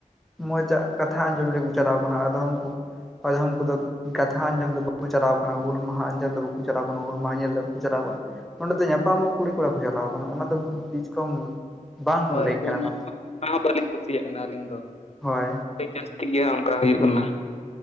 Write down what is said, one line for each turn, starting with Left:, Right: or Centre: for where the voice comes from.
Centre: ᱢᱚᱡᱟᱜ ᱠᱟᱛᱷᱟ ᱟᱸᱡᱚᱢ ᱨᱮᱵᱚᱱ ᱪᱟᱞᱟᱣ ᱠᱟᱱᱟ ᱟᱫᱚᱢ ᱠᱚ ᱟᱫᱷᱚᱢ ᱠᱚᱫᱚ ᱠᱟᱛᱷᱟ ᱟᱸᱡᱚᱢ ᱫᱚ ᱵᱟᱠᱚ ᱪᱟᱞᱟᱣ ᱠᱟᱱᱟ ᱦᱩᱞ ᱢᱟᱦᱟ ᱟᱸᱡᱚᱢ ᱫᱚ ᱵᱟᱠᱚ ᱪᱟᱞᱟᱣ ᱠᱟᱱᱟ ᱦᱩᱞ ᱢᱟᱦᱟ ᱧᱮᱞ ᱫᱚ ᱵᱟᱠᱚ ᱪᱟᱞᱟᱣ ᱠᱟᱱᱟ ᱚᱸᱰᱮ ᱫᱚ ᱧᱟᱯᱟᱢᱚᱜ ᱠᱩᱲᱤ ᱠᱚᱲᱟ ᱠᱚ ᱪᱟᱞᱟᱣ ᱠᱟᱱᱟ ᱚᱱᱟ ᱫᱚ ᱵᱤᱡ ᱠᱚᱢ ᱵᱟᱝ
Left: ᱦᱳᱭ
Centre: ᱞᱮᱠ ᱠᱟᱱᱟ
Left: ᱚᱱᱟ
Centre: ᱫᱚ
Left: ᱦᱚᱸ ᱚᱱᱟ ᱦᱚᱸ ᱵᱟᱹᱞᱤᱧ ᱠᱩᱥᱤᱭᱟᱜ ᱠᱟᱱᱟ ᱟᱹᱞᱤᱧ ᱫᱚ᱾
Centre: ᱦᱳᱭ᱾
Left: ᱦᱳᱭ ᱡᱟᱹᱥᱛᱤ ᱜᱮ ᱚᱱᱠᱟ ᱦᱩᱭᱩᱜ ᱠᱟᱱᱟ᱾